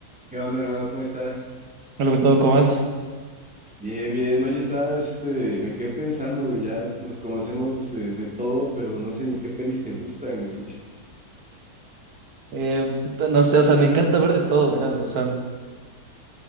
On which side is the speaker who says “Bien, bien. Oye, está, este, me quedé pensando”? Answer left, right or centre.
Centre